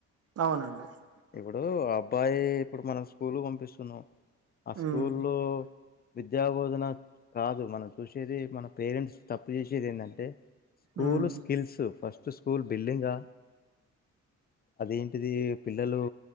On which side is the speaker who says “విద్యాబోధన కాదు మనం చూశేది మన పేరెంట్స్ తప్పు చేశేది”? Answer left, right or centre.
Left